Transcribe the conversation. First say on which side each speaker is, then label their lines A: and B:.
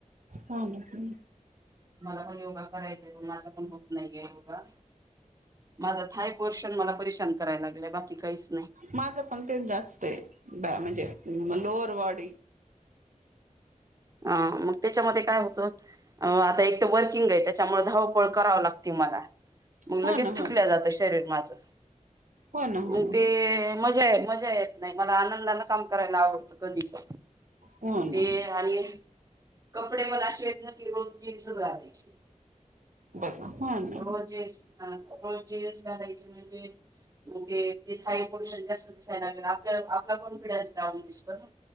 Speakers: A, on the right (about 80°); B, on the right (about 25°).
A: हो ना
B: मला पण योगा करायच आहे पण माझं पण होत नाही आहे योगा. माझा थाय पोर्शन मला परेशान कराला लागलंय बाकी काहीच नाही.
A: माझं पण ते जास्त आहे म्हणजे लोअर बॉडी
B: अ मग त्याच्यामध्ये काय होत आता एक तर वर्किंग आहे. त्याच्यामुळे धावपळ कराव लागते मला मग लगेच
A: हो ना हो
B: थकल्या
A: ना
B: जातं शरीर माझं.
A: हो ना हो
B: म
A: ना
B: ते मजा आहे मजा येत नाही मला आनंदान काम करायला आवडतं कधीच
A: हो ना
B: ते आणि कपडे मला शेत न <unintelligible> रोज जीन्स घालायची
A: बघा हो ना
B: रोजेस <unintelligible> रोजेस घालायचे म्हणजे? म्हणजे ते हाय पोर्शन जास्त दिसायला लागेल आप आपला कॉन्फिडन्स डाऊन दिसतो ना.